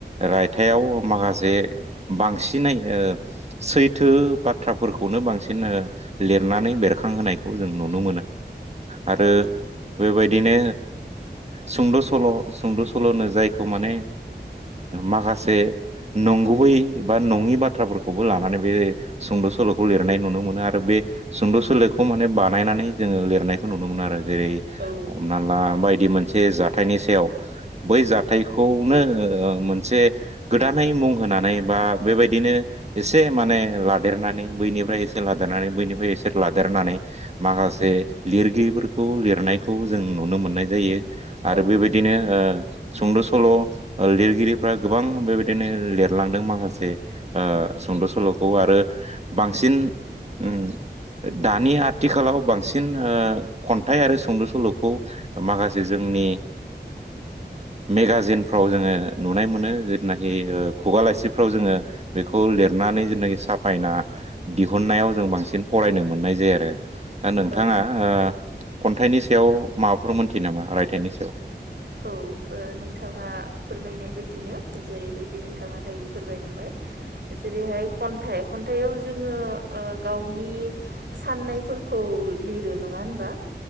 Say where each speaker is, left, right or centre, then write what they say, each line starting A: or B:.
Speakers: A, on the right; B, on the right.
A: रायथाइयाव माखासे बांसिनै ओ सैथो बाथ्राफोरखौनो बांसिन लिरनानै बेरखांहोनायखौ जों नुनो मोनो। मोनो आरो
B: औ
A: बेबायदिनो सुं'द' सल' सुंद' सल'नो जायखौ माने माखासे नंगुबै बा नंङि बाथ्राफोरखौबो लानानै बे सुंद' सल'खौ लिरनाय नुनो मोनो आरो बे सुंद' सोलोलोखौ माने बानायनानै जोंङो लिरनायखौ नुनो मोन आरो। जेरै
B: औ
A: हमना ला बायदि मोनसे जाथायनि सायाव बै जाथायखौनो मोनसे गोदानै मुं होनानै बा बेबायदि नो एसे माने लादेरनानै बैनिफ्राय एसे लादेरनानै बैनिफ्राय एसे लादेरनानै माखासे लिरगिरिफोरखौ लिरनायखौ जों नुनो मोननाय जायो आरो
B: औ
A: बेबायदि ओ सुंद' सल' लिरगिरिफ्रा गोबां बेबायदिनो लिरलांदों माखासे ओ सुंद' सल'खौ आरो बांसिन
B: <inaudible>
A: उम दानि आथिखालाव बांसिन मोजां ओ खन्थाइ आरो सुंद' सल'खौ माखासे जों नि मेगाजिनफ्राव
B: औ
A: जोंङो नुनाय मोनो। जेनाखि खुगा लासिफ्राव जोंङो बेखौ लिरनानै जेनाखि साफायना दिहुननायाव जों बांसिन फरायनो मोननाय जायो आरो दा नोंथाङा
B: औ
A: ओ खन्थाइनि सायाव माबाफोर मोनथियो नामा रायथाइनि सायाव
B: औ नोंथाङा फोरमायनाय बायदिनो जेरैबायदि नोंथाङा दायो फोरमायलांबाय जेरैहाय खन्थाइ खन्थाइयाव जोंङो गावनि साननायफोरखौ लिरो नंङा होनबा